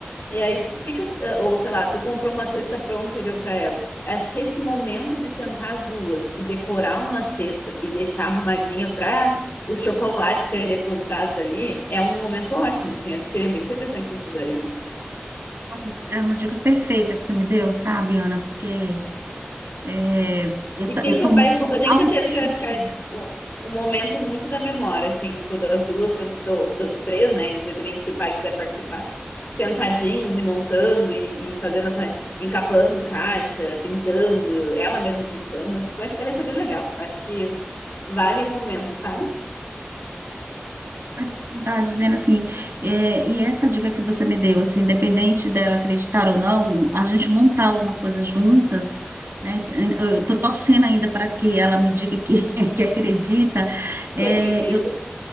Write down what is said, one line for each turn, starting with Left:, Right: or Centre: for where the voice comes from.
Left: E aí, tipo, fica, eh, ou sei lá, tu comprou uma cesta pronta e deu pra ela. Acho que esse momento de sentar as duas e decorar uma cesta e deixar arrumadinha pra os chocolates serem depositados ali é um momento ótimo, assim. Acho que seria bem interessante vocês fizerem.
Right: Nossa, É uma dica perfeita que você me deu, sabe, Ana? Porque é, eu,
Left: E
Right: ta-
Left: ficam,
Right: eu tô muito
Left: vai, eu tenho
Right: ausente.
Left: certeza que vai ficar tipo, um momento muito da memória, assim, tipo, das duas, sent- do- dos três, né? Independente se o pai quiser participar, sentadinhos e montando e, e fazendo essa, encapando caixa, pintando, ela mesma pintando. Vai, vai ser bem legal. Eu acho que vale o momento, sabe?
Right: É, Como estava dizendo, assim, é, e essa dica que você me deu, assim, independente dela acreditar ou não, a gente montar alguma coisa juntas, né? Eu tô torcendo ainda para que ela me diga que, <laughs> que acredita. É,
Left: E acredito.
Right: eu